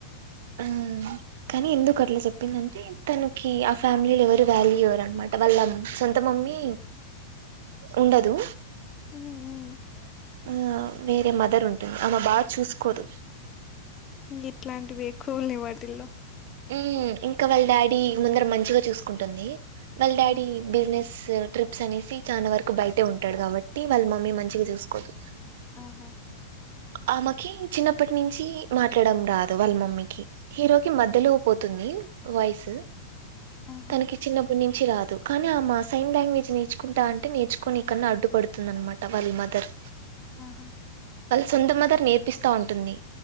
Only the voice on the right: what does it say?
హ్ము కానీ ఎందుకు అట్ల చెప్పిందని తనకీ ఆ ఫ్యామిలీలో ఎవరు వాల్యూ ఇవ్వరు అనమాట వాళ్ళ సొంత మమ్మీ ఉండదూ
ఆ వేరే మదర్ ఉం టార్ ఆమె బాగా చూసుకోదు.
హ్ము ఇంకా వాళ్ళ డాడీ ముందర మంచిగా చూసుకుంటుందీ. వాళ్ళ డాడీ
బిజినెస్ ట్రిప్స్ అనేసి చానా వరకు బయటే ఉంటాడు కాబట్టి వాళ్ళ మమ్మీ మంచిగ చూసుకోద్.
ఆమెకీ చిన్నప్పటి నుంచీ మాట్లాడడం రాదు వాళ్ళ మమ్మీకి హీరోకి మధ్ ధ్యలో పోతుందీ వాయిసు
తనకి చిన్నప్పటి నుం చీ రాదు కానీ ఆ మా సైన్ లాంగ్వేజ్ నేర్చుకుంటా అంటే నేర్చుకొని కుండా అడ్డు పడుతుంది అనమాట వాళ్ళ మదర్.
వాళ్ళ సొంత మదర్ నేర్పిస్తా ఉంటుంది